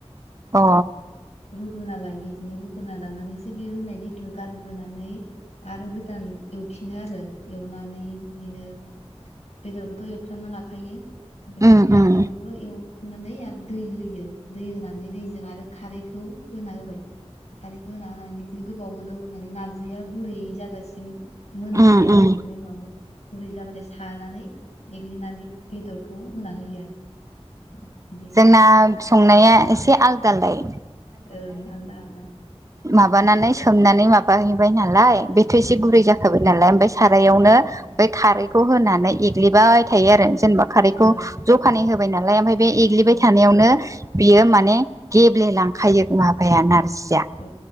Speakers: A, on the right; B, on the left.
A: अ
B: रुगोना लायो बिदिनो रुगुोनना लानानैसो बे रुनाय दैखौ गारग्रोनानै आरो गोदान एव फिनो आरो एवनानै बिदिनो बेदरखौथ' एवफ्रामना लाखायो ओमफ्राय
A: उम
B: बे नारजिखौबो
A: उम
B: एवफिननानै आरो दै होयो दै होनानै दैजों आरो खारैखौ होना होबाय खारैखौ होना होनानै बिदिनो गोबाव गोदौ होनानै नारजिया गुरै जाजासिम मोनहैयो
A: उम
B: आरो
A: उम
B: बे उनाव गुरै जाबाथाय सानानै एग्लिनानै बेदरखौ होना होयो आरो बिदिनो
A: जोंना संनाया
B: उम,
A: एसे आलदा आलदाय
B: ओं आलदा आलदा
A: माबानानै सोमनानै माबाहैबाय नालाय बेथोर एसे
B: उम
A: गुरै जाखाबाय नालाय ओमफ्राय सारायावनो
B: उम
A: बै खारै खौ होनानै एग्लिबाय थायो आरो जेनेबा खारैखौ
B: औ
A: जखानै होबाय नालाय ओमफ्राय बे एग्लिबाय
B: ओं
A: थानायावनो बियो माने गेब्लेलांखायो माबाया नारजि सिया
B: औ